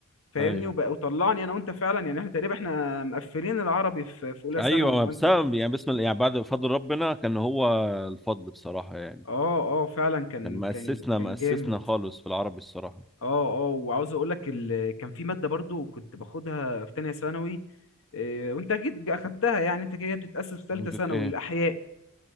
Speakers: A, on the left; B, in the centre.
A: فاهمني
B: ايوه
A: وبقى وطلعني انا وانت فعلا يعني احنا تقريبا احنا مقفلين العربي في في اولى
B: ايوه
A: ثانوي
B: ما
A: انا وانت
B: بسبب بسبب يعني بسم الله يعني بعد فضل ربنا كان هو الفضل بصراحه يعني
A: اه اه فعلا كان
B: كان مأسسنا
A: كان كان
B: مأسسنا
A: جامد
B: خالص في العربي الصراحه
A: اه اه وعاوز اقول لك ال... كان في ماده برضو كنت باخدها في تانية ثانوي إيه، وانت اكيد اخدتها يعني انت كده بتتاسس في ثالثه
B: مدة
A: ثانوي
B: ايه
A: الاحياء